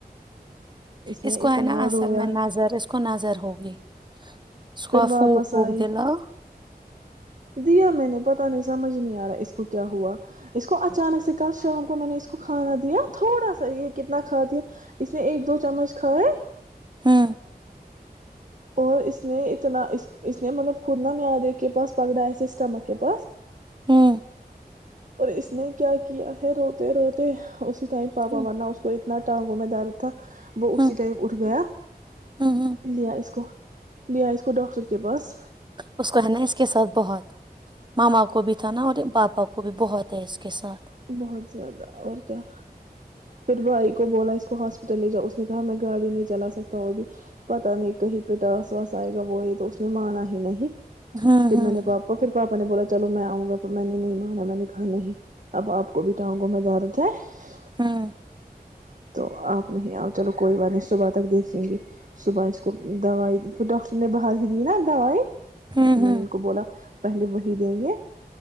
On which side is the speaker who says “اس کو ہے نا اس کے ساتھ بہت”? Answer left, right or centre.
Right